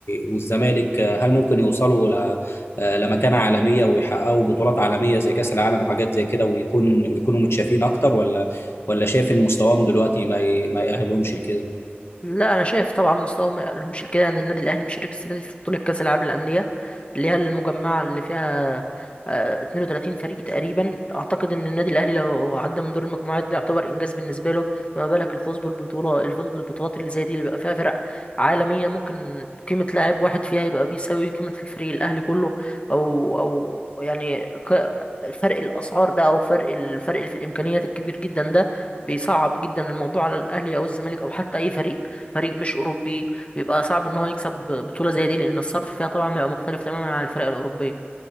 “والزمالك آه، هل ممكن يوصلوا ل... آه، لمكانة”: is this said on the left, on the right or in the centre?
Left